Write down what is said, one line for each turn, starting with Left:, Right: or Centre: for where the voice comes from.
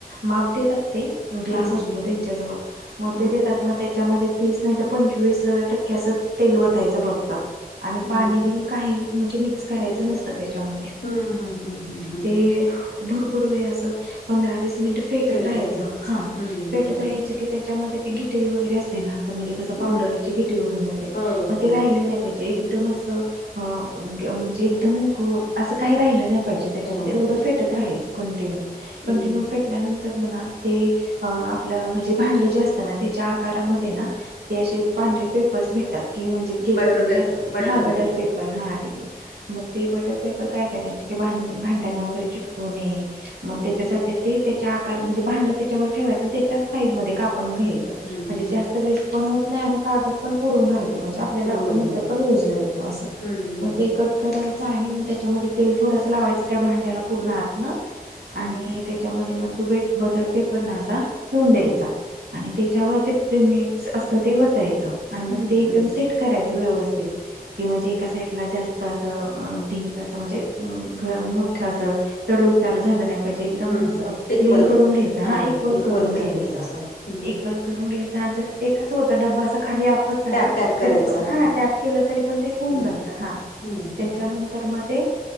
Right: माप देतात ते. ग्लास
Left: हं,
Right: असतो
Left: हं.
Right: त्यांच्याजवळ. मग
Left: हं,
Right: ते देतात. मग त्याच्यामध्ये तीस नाही तर पंचवीस टक्के असच तेल वतायच फक्त. आणि,
Left: हं.
Right: पाणी बिणी काही म्हणजे मिक्स करायच नसत त्याच्यामध्ये.
Left: हं, हं, हं, हं, हं.
Right: ते भरपूर वेळ अस पंधरा विस मिनट फेटत
Left: फेटून
Right: राहायच. हा
Left: हं,
Right: फेटत
Left: हं,
Right: राहायच
Left: हं.
Right: की त्याच्यामध्ये ते गिठई वगैरे अस णार. म्हणजे कस पावडरची
Left: हं.
Right: गिठई होऊ जाते.
Left: हो,
Right: मग
Left: हो,
Right: ते राहिले
Left: हो.
Right: नाही पाहिजे. एक एकदम अस म्हणजे, एकदम अस काही राहिल नाही पाहिजे त्याच्यामध्ये.
Left: हो,
Right: एवढ
Left: हो.
Right: फेट त राहायच कंटिन्यू.
Left: हं.
Right: कंटिन्यू फेटल्यानंत तर म्हणा ते आपल म्हणजे, भांड जे असत ना त्याच्या आकारामध्ये ना ते असे पांढरे पेपर्स भेटतात. कि म्हणजे केक
Left: बटर
Right: वगैरे
Left: पेपर,
Right: जास्त हा
Left: पेपर.
Right: बटर पेप पण हा ठीक हे. मग ते बटर पेपर काय करायचे की, भा भांड्यांना वगैरे चिटकू नये. मग
Left: हं,
Right: त्याच्यासाठी
Left: हं.
Right: ते त्याच्या आकार म्हणजे भांड त्याच्यावर ठेवायच आणि त्याच्याच साईज मध्ये कापून घ्यायच. म्हणजे
Left: हं, हं.
Right: जास्त वेस्ट पण होत नाही. आणि कागद पण पुरून राह तो. म्हणजे आपल्याला
Left: हो,
Right: नंतर
Left: हो.
Right: पण युजला येतो अस.
Left: हं, हं,
Right: मग ते
Left: हं.
Right: कट करायच आणि मग ते त्याच्या मधे तेल थोडस लावायच त्या भांड्याला पूर्ण आतन. आणि
Left: हं,
Right: त्याच्यामध्ये मग तू बे बटर पेपर न असा ठेवून द्यायचा. आणि, त्याच्यावर ते प्रिमिक्स असत ते वतायच. आणि मग
Left: हं,
Right: ते एकदम
Left: हं.
Right: सेट करायच व्यवस्थित. कि म्हणजे एका साईडला जास्त अस ढिग कस म्हणजे अ मोठ अस चढ उतार झाल नाही पाहीजे. एकदम
Left: हम्म
Right: कसा
Left: इक्वल
Right: प्लेन करून घ्यायचा. हा
Left: हो
Right: ईकवल
Left: हो इक्वल
Right: करून घ्यायचा.
Left: घ्यायचं हम्म
Right: इक वल करून घ्यायचा. आणि जर ते कस होत डबा अस खाली आप
Left: टॅप टॅप करायचं
Right: तरी पण हा टॅप के तरी पण ते
Left: हम्म
Right: होऊन जात. हा
Left: हम्म
Right: त्याच्यानंतर मग ते